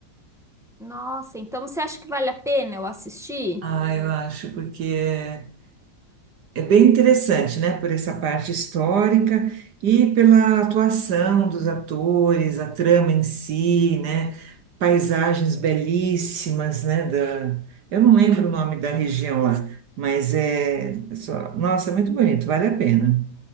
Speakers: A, in the centre; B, on the right (about 65°).
A: Nossa, então você acha que vale a pena eu assistir?
B: Ah, eu acho, porque é, é bem interessante, né? Por essa parte histórica e pela atuação dos atores, a trama em si, né? Paisagens belíssimas, né? Da, eu não lembro o nome da região lá, mas é, só, nossa, é muito bonito, vale a pena.